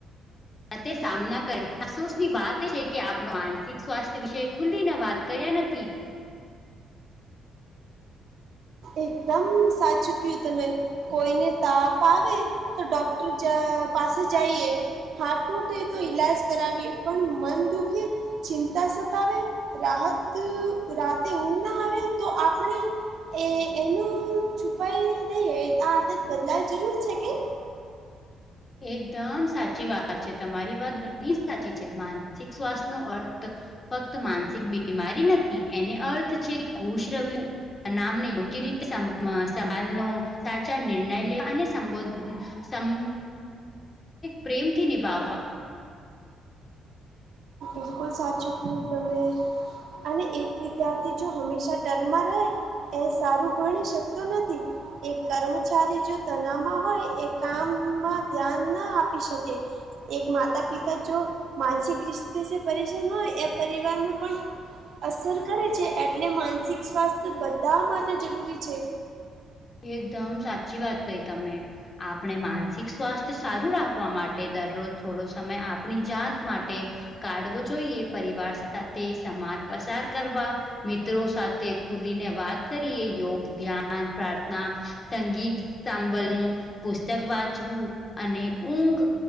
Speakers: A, on the left; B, on the right.
A: તે સામના કર અફસોસની વાત એ છે કે આપણ માનસિક સ્વાસ્થ્ય વિશે ખુલીને વાત કર્યા નથી.
B: એકદમ સાચું ક્યો તમે. કોઈને તાપ આવે તો ડોક્ટર જ પાસે જાઈએ. હાથ તૂટે તો ઈલાજ કરાવીએ પણ મન દુખે ચિંતા સતાવે રાહત રાતે ઊંઘ ના આવે તો આપણે એ એનું છુપાઈ દઈએ આ આદત બદલાય જરૂર છે કે
A: એકદમ સાચી વાત છે તમારી વાત ઘણી સાચી છે માનસિક સ્વાસ્થનો અર્થ ફક્ત માનસિક બીમારી નથી એને અર્થ છે ખુશ રેવું. નામને યોગ્ય રીતે સં સંભાલનો સાચા નિર્ણય લેવા અને સંબોધન સંમ પ્રેમથી નિભાવવા
B: બિલકુલ સાચુ કહ્યુ તમે. અને એક વિદ્યાર્થી જો હંમેશા ડરમાં રે એ સારું ભણી શકતો નથી. એક કર્મચારી જો તનાવમાં હોય એ કામમાં ધ્યાન ન આપી શકે. એક માતા-પિતા જો માનસિક રિશ્તે સે પરેશાન હોય એ પરિવારમાં પણ અસર કરે છે એટલે માનસિક સ્વાસ્થ્ય બધ્ધા માટે જરૂરી છે.
A: એકદમ સાચ્ચી વાત કહી તમે. આપણે માનસિક સ્વાસ્થ્ય સારું રાખવા માટે દરરોજ થોડો સમય આપણી જાત માટે કાડવો જોઈએ પરિવાર સાથે સમાજ પસાર કરવા મિત્રો સાથે ખુલીને વાત કરીએ યોગ, ધ્યાન, પ્રાર્થ ના, સંગીત સાંભળવું, પુસ્તક વાંચવું અને ઊંઘ